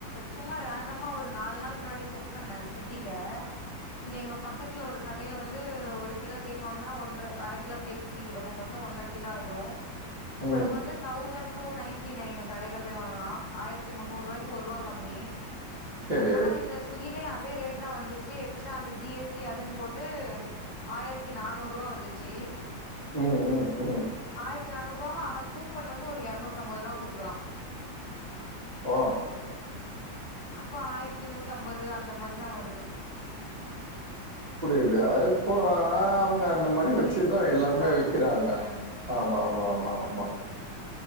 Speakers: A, on the left (about 70°); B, on the right (about 25°).
A: சும்மா ரேண்டமா ஒரு நாலு நாள் முன்னாடி செக் பண்ணேன் ஸ்விக்கி ல இங்க எங்க பக்கத்துல ஒரு கடையில வந் து ஒரு கிலோ கேக் வாங்குனா ஒன்ற அரை கிலோ கேக் ப்ரீ அப்ப மொத்தம் ஒன்றரை கிலோ ஆயிடும்
B: ம்
A: அது வந்து தௌசண்ட் டூ நைன்டி நைனு கடயில போய் வாங்குனா ஆயிரத்தி முன்னூறுரூவாய்கு ஒரு ரூவா கம்மி
B: சரி
A: ஆனா இந்த சுகிலய அது அதே ரேட்டு தான் வந்துச்சி எக்ஸ்ட்ரா அந்த ஜி எஸ் டி அதுன்னு போட்டு ஆயிரத்தி நானூறுரூவா வந்துச்சு
B: ம் ம் ம்
A: ஆயிரத்தி நானூறு ரூவாவ அவன் கூப்பன் வந்து ஒரு இருநூத்து ஐம்பதுரூவா கொடுக்கறான்
B: ஓ
A: அப்போ ஆயிரத்தி நூத்தம்பது அந்த மாதிரிதான் வருது
B: புரியுது அ இப்போ அந்த மாரி
A: செல
B: வச்சுதான்
A: இதுக்கு
B: எல்லாருமே
A: குடுக்குறானுங்க
B: விக்கிறாங்க
A: ம்
B: ஆமா -ஆமா -ஆமா -ஆமா